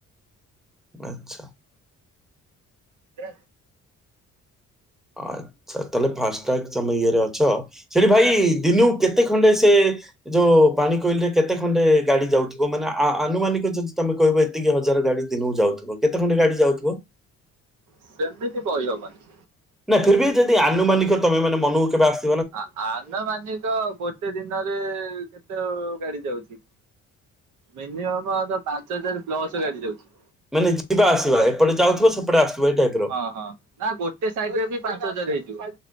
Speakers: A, in the centre; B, on the right (about 80°).
A: ଆଚ୍ଛା।
B: ସେ
A: ଆଚ୍ଛା ତାହେଲେ ଫାଷ୍ଟଟଗ ତମେ ଇଏରେ ଅଛ। ସେଠି ଭାଇ ଦିନୁ କେତେ ଖଣ୍ଡେ ସେ ଯୋଉ ପାଣି କୋଇଲିରେ କେତେ ଖଣ୍ଡେ ଗାଡି ଯାଉଥିବ ମାନେ, ଆନୁମାନିକ ଯଦି ତମେ କହିବ ଏତିକି ହଜାର ଗାଡି ଦିନକୁ ଯାଉଥିବ କେତେ ଖଣ୍ଡେ ଗାଡି ଯାଉଥିବ?
B: ସେମିତି କହି ହବନି।
A: ନା ଫିର୍ ବି ଯଦି ଆନୁମାନିକ ତମେ ମାନ ମନକୁ କେବେ ଆ
B: ଆ-ଆନମାନିକ ଗୋଟେ ଦିନରେ କେତେ ଗାଡି ଯାଉଛି, ମିନିମମ ପାଞ୍ଚ ହଜାର ପ୍ଲସ ଗାଡି ଯାଉଛି।
A: ମାନେ ଯିବା ଆସିବା ଏପଟେ ଯାଉଥିବ ସେପଟେ ଆସ ଟାଇପର
B: ହଁ ହଁ। ନା ଗୋଟେ ସାଇଡ ରେ ବି ପାଞ୍ଚ ହଜାର ହେଇଯିବ।